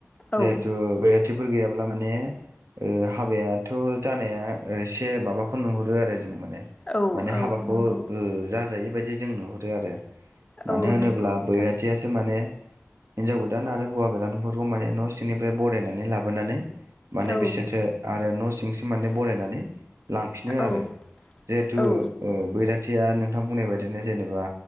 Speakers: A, on the left (about 20°); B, on the right (about 80°).
A: औ
B: जिहेथु बैराथिफोर गैयाब्ला माने ओ हाबायाथ' जानाया एसे माबाखौ नुहुरो आरो जों माने
A: औ
B: माने
A: औ
B: हाबाखौ
A: नंगौ
B: जाजायि बायदि जों नुहरो आरो मानो
A: औ
B: होनोब्ला
A: नंगौ नोंथां
B: बैराथियासो माने हिनजाव गोदान आरो हौवा गोदानफोरखौ माने न' सिंनिफ्राय बरायनानै लाबोनानै माने
A: औ
B: बिसोरसो आरो न' सिंसिं माने बरायनानै लांफिनो
A: औ
B: आरो जिहेथु
A: औ
B: ओ बैराथिया नोंथां बुंनाय बायदिनो जेनेबा।